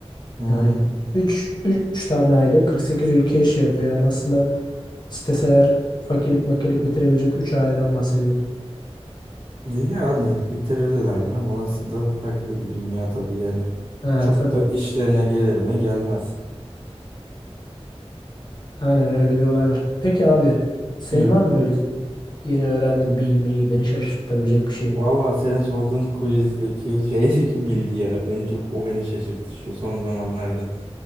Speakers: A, on the right; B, on the left.
A: Hı.
B: Yani üç üç tane aile 48 ülkeye şey yapıyor. Yani aslında isteseler fakirlik makilik bitirebilecek 3 aileden bahsediyoruz.
A: Yani bitirirler mi? Orası da farklı bir dünya tabii yani.
B: Ha
A: Çok
B: tabii.
A: da işlerine gelir mi? Gelmez.
B: Aynen öyle bir olay var. Peki abi senin
A: Hı.
B: var mı böyle yeni öğrendiğin bilgi milgi beni şaşırtabilecek bir şeyin?
A: Valla senin sorduğun quizdeki <laughs> şeydeki bilgi ya en çok o beni şaşırttı şu son zamanlarda.